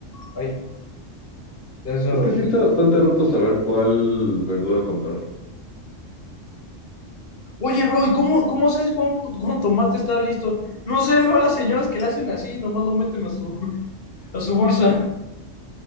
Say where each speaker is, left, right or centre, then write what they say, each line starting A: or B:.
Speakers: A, on the left; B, on the left.
A: ay, ya sé solo.
B: Es que sí está bastante roto saber cuál verdura comprar.
A: Oye, bro, ¿y cómo, cómo sabes cuándo, cuándo tomate está listo? No sé, veo a las señoras que le hacen así, nomás lo meten a su, a su bolsa.